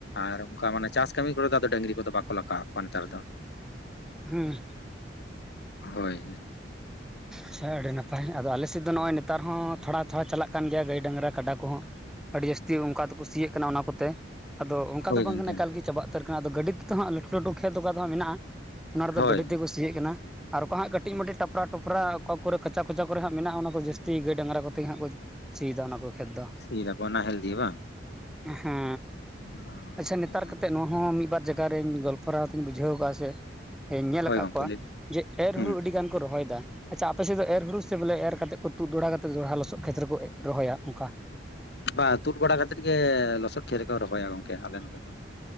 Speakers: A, on the left; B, in the centre.
A: ᱟᱨ ᱚᱝᱠᱟ ᱢᱟᱱᱮ ᱪᱟᱥ ᱠᱟᱹᱢᱤ ᱠᱚᱨᱮᱫᱚ ᱰᱟᱹᱝᱨᱤ ᱠᱚᱫᱚ ᱵᱟᱠᱚ ᱞᱟᱜᱟᱣ ᱠᱚᱣᱟ ᱱᱮᱛᱟᱨ ᱫᱚ
B: ᱦᱩᱸ
A: ᱦᱳᱭ
B: ᱟᱪᱪᱷᱟ ᱟᱹᱰᱤ ᱱᱟᱯᱟᱭ ᱟᱫᱚ ᱟᱞᱮ ᱥᱮᱫ ᱫᱚ ᱱᱚᱜᱼᱚᱭ ᱱᱮᱛᱟᱨ ᱦᱚᱸ ᱛᱷᱚᱲᱟ ᱛᱷᱚᱲᱟ ᱪᱟᱞᱟᱜ ᱠᱟᱱ ᱜᱮᱭᱟ ᱜᱟᱹᱭ, ᱰᱟᱝᱨᱟ, ᱠᱟᱰᱟ ᱠᱚᱦᱚᱸ ᱟᱹᱰᱤ ᱡᱟᱹᱥᱛᱤ ᱚᱱᱠᱟ ᱛᱮᱠᱚ ᱥᱤᱭᱮᱫ ᱠᱟᱱᱟ ᱚᱱᱟ ᱠᱚᱛᱮ ᱟᱫᱚ ᱚᱱᱠᱟ
A: ᱦᱳᱭ
B: ᱫᱚ ᱵᱟᱝ
A: ᱜᱚᱝᱠᱮ
B: ᱠᱟᱱᱟ ᱮᱠᱟᱞ ᱜᱮ ᱪᱟᱵᱟ ᱩᱛᱟᱹᱨ ᱟᱠᱟᱱᱟ ᱟᱫᱚ ᱜᱟᱹᱰᱤ ᱛᱮᱫᱚ ᱦᱟᱸᱜ ᱞᱟᱹᱴᱩ ᱞᱟᱹᱴᱩ ᱠᱷᱮᱛ ᱚᱠᱟ ᱫᱚ ᱦᱟᱸᱜ ᱢᱮᱱᱟᱜᱼᱟ᱾ ᱚᱱᱟ ᱨᱮᱫᱚ
A: ᱦᱳᱭ
B: ᱜᱟᱹᱰᱤ ᱛᱮᱠᱚ ᱥᱤᱭᱮᱜ ᱠᱟᱱᱟ᱾ ᱟᱨ ᱚᱠᱟ ᱦᱟᱸᱜ ᱠᱟᱹᱴᱤᱡ ᱢᱟᱹᱴᱤᱡ ᱴᱟᱯᱨᱟ ᱴᱚᱯᱨᱟ ᱚᱠᱟ ᱠᱚᱨᱮ ᱠᱟᱪᱟ ᱠᱚᱪᱟ ᱠᱚᱨᱮ ᱦᱟᱸᱜ ᱢᱮᱱᱟᱜᱼᱟ ᱚᱱᱟ ᱫᱚ ᱡᱟᱹᱥᱛᱤ ᱜᱟᱹᱭ ᱰᱟᱝᱨᱟ ᱠᱚᱛᱮ ᱜᱮ ᱦᱟᱸᱜ ᱵᱚ ᱥᱤᱭᱮᱫᱟ ᱚᱱᱟ ᱠᱚ ᱠᱷᱮᱛ ᱫᱚ
A: ᱥᱤᱭ ᱫᱟᱠᱚ ᱱᱟᱦᱮᱞ ᱫᱤᱭᱮ ᱵᱟᱝ
B: ᱦᱮᱸ
A: ᱚ,
B: ᱟᱪᱪᱷᱟ ᱱᱮᱛᱟᱨ
A: ᱚ,
B: ᱠᱟᱛᱮ ᱱᱚᱣᱟ ᱦᱚᱸ ᱢᱤᱫ ᱵᱟᱨ ᱡᱟᱭ ᱜᱟ ᱨᱮᱧ ᱜᱚᱞᱯᱷᱚ ᱨᱟᱦᱚ ᱛᱮᱧ ᱵᱩᱡᱷᱟᱹᱣ ᱠᱟᱜᱼᱟ ᱥᱮ ᱮᱸ ᱧᱮᱞ
A: ᱦᱳᱭ
B: ᱟᱠᱟᱫ
A: ᱜᱚᱝᱠᱮ
B: ᱠᱚᱣᱟ
A: ᱞᱟᱹᱭ ᱵᱤᱱ᱾
B: ᱡᱮ ᱮᱨ
A: ᱦᱩᱸ
B: ᱦᱩᱲᱩ ᱟᱹᱰᱤ ᱜᱟᱱ ᱠᱚ ᱨᱚᱦᱚᱭ ᱮᱫᱟ᱾ ᱟᱪᱪᱷᱟ ᱟᱯᱮ ᱥᱮᱫ ᱫᱚ ᱮᱨ ᱦᱩᱲᱩ ᱥᱮ ᱵᱚᱞᱮ ᱮᱨ ᱠᱟᱛᱮ ᱠᱚ ᱛᱩᱫ ᱫᱚᱦᱲᱟ ᱠᱟᱛᱮᱫ ᱫᱚᱲᱦᱟ ᱞᱚᱥᱚᱫ ᱠᱷᱮᱛ ᱨᱮᱠᱚ ᱨᱚᱦᱚᱭᱟ ᱚᱱᱠᱟ
A: ᱵᱟ ᱛᱩᱫ ᱵᱟᱲᱟ ᱠᱟᱛᱮᱫ ᱜᱮ ᱞᱚᱥᱚᱫ ᱠᱷᱮᱛ ᱨᱮ ᱠᱚ ᱨᱚᱦᱚᱭᱟ ᱜᱚᱝᱠᱮ ᱟᱞᱮ ᱱᱚᱛᱮ ᱫᱚ